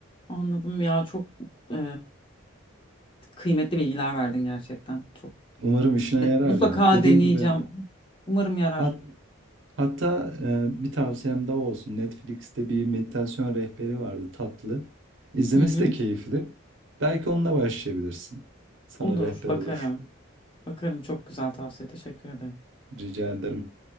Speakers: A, on the left; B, on the right.
A: Anladım ya çok e, kıymetli bilgiler verdin gerçekten. Çok.
B: Umarım işine
A: Ben
B: yarar
A: mutlaka
B: ya. Dediğim
A: deneyeceğim.
B: gibi
A: Umarım yarar.
B: hat, hatta eee, bir tavsiyem daha olsun. Netflix'te bir meditasyon rehberi vardı tatlı. İzlemesi
A: Hı hı.
B: de keyifli. Belki onunla başlayabilirsin. Sana
A: Olur,
B: rehber
A: bakarım.
B: olur.
A: Bakarım çok güzel tavsiye. Teşekkür ederim.
B: Rica ederim.